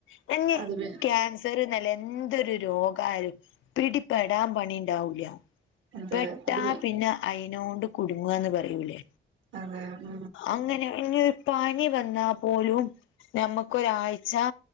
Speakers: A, on the left (about 75°); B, on the right (about 70°).
A: <unintelligible>
B: അത് പി
A: ക്യാൻ സർന്നല്ല എന്തൊരു രോഗയാലും പിടി പെടാൻ പണിണ്ടാവൂല
B: അത്
A: പെട്ടാ
B: അത്
A: പിന്നെ അയി നോണ്ടു കുടുങ്ങാന്ന് പറയൂലേ
B: അതാണ്
A: അങ്ങനെ ഇനി ഒരു പനി വന്നാ പോലും നമ്മുക്കു ഒരാഴ്ച